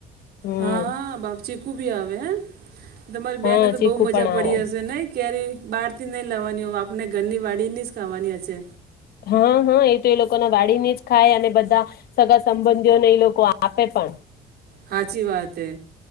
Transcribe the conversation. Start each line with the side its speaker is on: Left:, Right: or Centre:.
Left: હમ
Right: હા, બાપચીકુ બી આવે હમ તમારી બેહેનને
Left: હા
Right: તો
Left: ચીકુ
Right: બહુ મજા
Left: પણ
Right: પડી
Left: આવે
Right: હશે નહી? ક્યારે બહારથી નહીં લેવાની હોય આપને ઘરની વાડીની જ ખાવાની હશે.
Left: હા હા એ તો એ લોકોના વાડીને જ ખાય અને બધા સગા સંબંધીઓને એ લોકો આપે પણ.
Right: હાચી વાત હે.